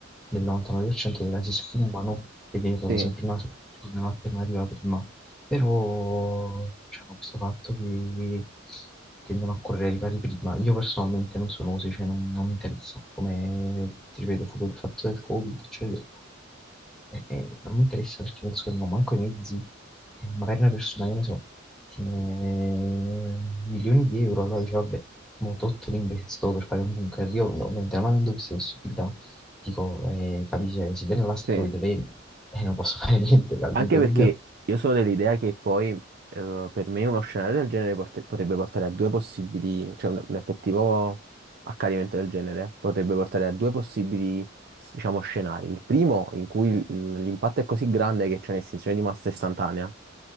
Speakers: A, in the centre; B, on the right.
A: nel 99% dei casi sfumano e viene trovata
B: Sì,
A: sempre una soluzione, un'alternativa prima. Però, diciamo, questo fatto che tendono a correre ai ripari prima, io personalmente non sono così, cioè non, non mi interessa, come ti ripeto, fu il fatto del Covid, eccetera. E- e non mi interessa perché penso che non ho manco i mezzi, E magari una persona, che ne so, tiene milioni di euro, allora dice, vabbè, mo tolto l'investo per fare un bunker. Io no, ovviamente non avendo queste possibilità, Dico, eh, capisci, eh, si viene l'asteroide,
B: sì.
A: vedi, <laughs> e non posso fare niente, capito?
B: Anche perché
A: Quindi,
B: io sono dell'idea che poi eh, per me uno scenario del genere porte- potrebbe portare a due possibili, cioè un, un effettivo accadimento del genere potrebbe portare a due possibili, diciamo, scenari. Il primo in cui il- l'impatto è così grande che c'è un'estinzione di massa istantanea,